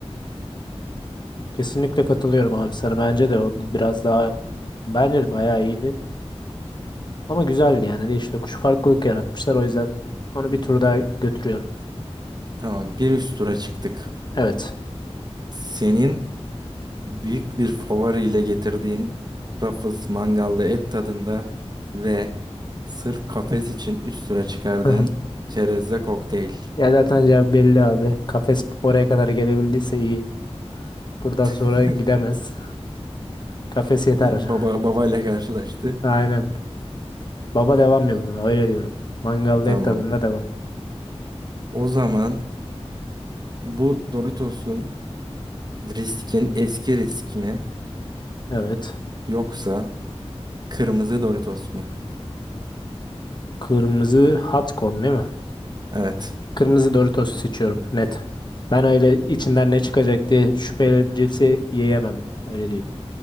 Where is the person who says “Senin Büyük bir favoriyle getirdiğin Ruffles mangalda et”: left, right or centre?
Right